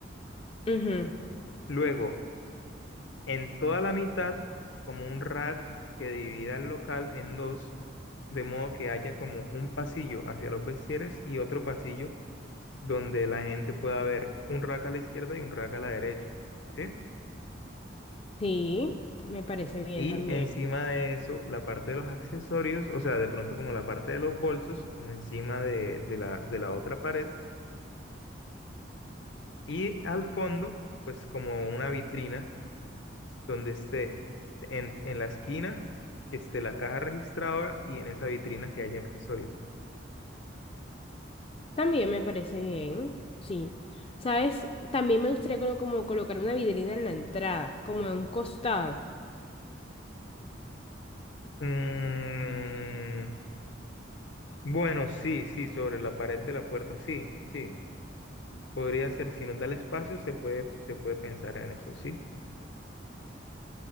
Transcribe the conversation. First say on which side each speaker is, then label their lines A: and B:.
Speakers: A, on the left (about 30°); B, on the left (about 70°).
A: Ujú,
B: Luego, en toda la mitad, como un rack que divida el local en dos, de modo que haya como un pasillo hacia los vestieres y otro pasillo donde la gente pueda ver un rack a la izquierda y un rack a la derecha, ¿sí?
A: Sí, me parece bien
B: Y
A: también.
B: encima de eso, la parte de los accesorios, o sea, de pronto como la parte de los bolsos, como encima de, de la, de la otra pared, y al fondo, pues como una vitrina donde esté en, en la esquina, que esté la caja registradora y en esa vitrina que haya accesorios.
A: También me parece bien, sí. ¿Sabes? También me gustaría colo- como colocar una vidrina en la entrada, como en un costado.
B: Mm, bueno, sí, sí, sobre la pared de la puerta, sí, sí. Podría ser, si nos da el espacio, se puede, se puede pensar en eso, sí.